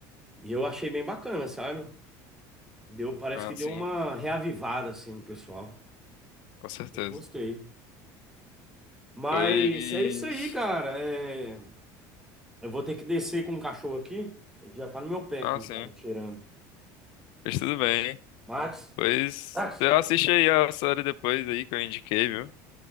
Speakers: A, in the centre; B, on the left.
A: E eu achei bem bacana, sabe? Deu, parece
B: Ah,
A: que deu
B: sim,
A: uma reavivada assim no pessoal.
B: com certeza.
A: Eu gostei. Mas
B: Pois.
A: é isso aí, cara. É, Eu vou ter que descer com o cachorro aqui. Ele já tá no meu pé aqui,
B: Ah, sim.
A: já me cheirando.
B: Pois tudo bem.
A: Max,
B: Pois.
A: Max,
B: Você assiste aí a série depois aí que eu indiquei, viu?